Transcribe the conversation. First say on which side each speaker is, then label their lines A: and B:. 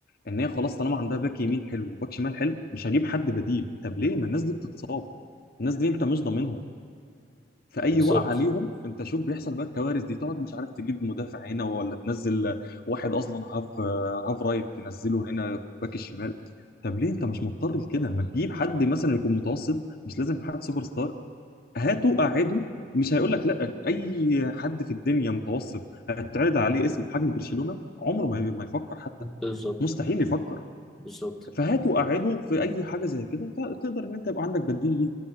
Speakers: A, on the left; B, in the centre.
A: ان هي خلاص طالما عندها باك يمين حلو وباك شمال حلو مش هجيب حد بديل طب ليه ما الناس دي بتتصاب الناس دي انت مش ضامنهم في اي
B: بالظبط
A: وقع عليهم انت شوف بيحصل بقى الكوارث دي تقعد مش عارف تجيب مدافع هنا ولا تنزل واحد اصلا هاف هاف رايت تنزله هنا باك الشمال طب ليه انت مش مضطر لكده ما تجيب حد مثلا يكون متوسط مش لازم حد سوبر ستار هاته قعده مش هيقول لك لا اي حد في الدنيا متوسط هتعرض عليه اسم بحجم برشلونة عمره ما ما يفكر حتى
B: بالظبط
A: مستحيل يفكر
B: بالظبط
A: فهاته قعده في اي حاجه زي كده ت- تقدر ان انت يبقى عندك بديل ليه